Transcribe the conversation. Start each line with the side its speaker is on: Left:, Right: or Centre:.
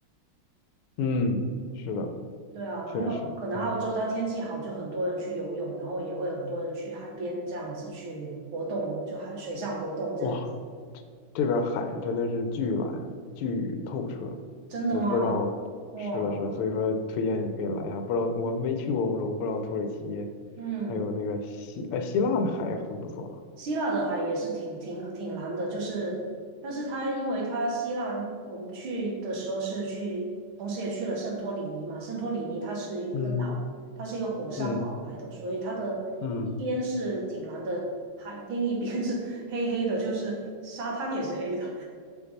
Left: 嗯，是的。
Right: 对啊，
Left: 确实，
Right: 因为可能澳洲它天气好，
Left: 哎呀，
Right: 就很多人去游泳，然后也会很多人去海边这样子去活动嘛，就海水上活动这样。
Left: 哇，这边海真的是巨蓝巨透彻，
Right: 真的吗？
Left: 我不知道是了是，
Right: 哇，
Left: 所以说推荐你可以来一下。不知道我没去过欧洲，不知道土耳其
Right: 嗯，
Left: 还有那个希呃希腊的海也很不错。
Right: 希腊的海也是挺挺挺蓝的，就是，但是它因为它希腊，我们去的时候是去，同时也去了圣托里尼嘛，圣托里尼它是一个岛，
Left: 嗯
Right: 它是一个火山岛来的，
Left: 嗯
Right: 所以它的一边是挺蓝的海，
Left: 嗯，
Right: 另一边是 <laughs> 黑黑的，就是沙滩也是黑的，